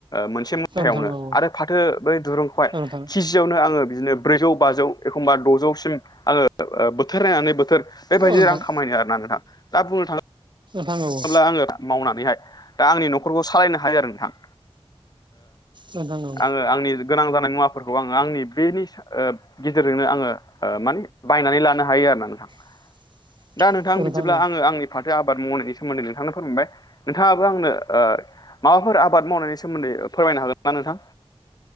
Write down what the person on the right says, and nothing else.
नोंथां औ
औ नोंथां औ
नोंथां
थांगौ
नोंथां औ
<unintelligible>
औ